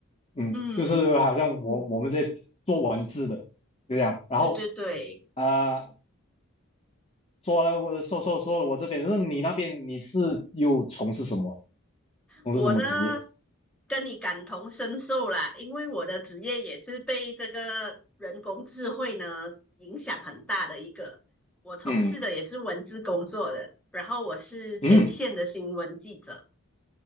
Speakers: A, on the left; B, in the centre.
A: 嗯，
B: 嗯，
A: 就是好像我我们在做文字的，就这样。然后
B: 对对对。
A: 啊呃，说了我说说说了我这边，那你那边你是又从事什么？从事什么职业？
B: 我呢跟你感同身受啦，因为我的职业也是被这个人工智慧呢影响很大的一个。我从事的也是文字工作的，
A: 嗯
B: 然后我是前线的新闻记者。
A: 嗯